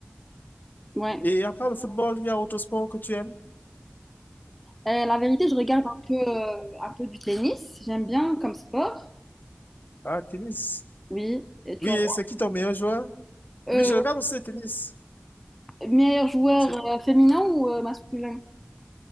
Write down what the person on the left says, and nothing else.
Et à part le football, il y a autre sport que tu aimes?
Ah, tennis.
Oui,
et c'est qui ton meilleur joueur?
Oui, je regarde aussi le tennis.
C'est